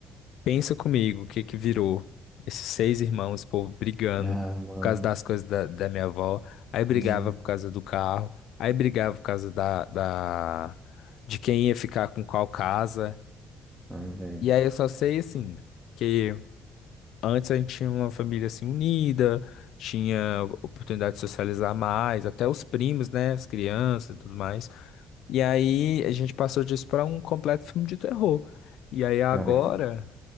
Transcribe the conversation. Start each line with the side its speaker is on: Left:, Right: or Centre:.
Left: Pensa comigo, o que que virou? Esses seis irmãos, esse povo brigando
Centre: Ah,
Left: por
Centre: mano.
Left: causa das coisas da, da minha avó, aí brigava
Centre: Hum.
Left: por causa do carro, aí brigava por causa da, da, de quem ia ficar com qual casa.
Centre: Ai, velho.
Left: E aí eu só sei, assim, que antes a gente tinha uma família, assim, unida, tinha oportunidade de socializar mais, até os primos, né, as crianças e tudo mais. E aí a gente passou disso para um completo filme de terror. E aí agora.
Centre: Cara, que...